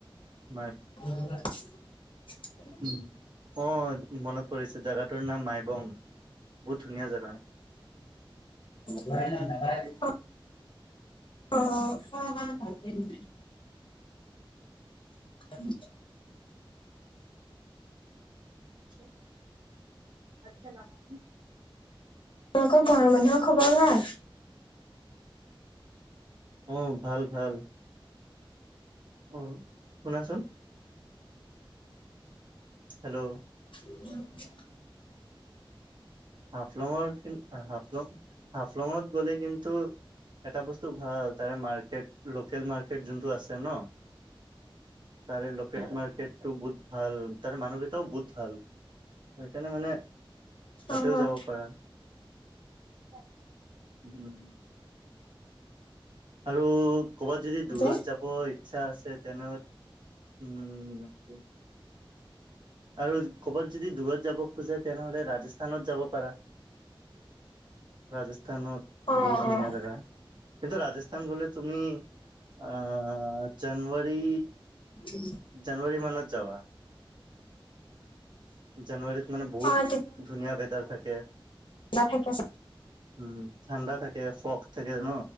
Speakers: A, on the right; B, on the left.
A: মাই
B: <unintelligible>
A: উম অহ, মনত পৰিছে জেগাটোৰ নাম মাইবং বহুত ধুনীয়া জেগা।
B: নাই নাই সেনকাই দি অহ। অঁ, অহ মই ভালকে দি। উম।
A: উম তাইক এতিয়া নামাতিম।
B: তোমালোকৰ ঘৰৰ মানুহৰ খবৰ ভাল?
A: অহ ভাল ভাল। ঔ শুনাচোন। হেল্লো।
B: <unintelligible>
A: হাফলংৰ কিন হাফলং হাফলংত গ'লে কিন। টো এটা বস্তু ভাল তাৰে মাৰ্কেট লোকেল মাৰ্কেট যোনটো আছে ন'। আৰু লোকেল মাৰ্কেটটো বহুত ভাল তাৰে মানুহকেইটাও বহুত ভাল তো সেইকাৰণে মানে। তাতেও
B: অ',
A: যাব পাৰা যাম উম। আৰু ক'বাত যদি দূৰত
B: যে
A: যাব ই। চ্ছা আছে তেনেহ উম তো। আৰু ক'বাত যদি দূৰত যাব খোজে তেনেহ'লে ৰাজস্থানত যাব পাৰা। ৰাজস্থানত
B: অ',
A: বহুত ধুনীয়া
B: অ',
A: জেগা কিন্তু ৰাজস্থ। স্থান গলে তুমি অহ জানুৱাৰী।
B: উম,।
A: জানুৱাৰীৰ মানত যাবা। জানুৱাৰীত মানে বহুত
B: অ',
A: ধুনীয়া ৱেদাৰ থাকে।
B: নাথাকে চা।
A: উম, ঠাণ্ডা থাকে ফক থাকে ন?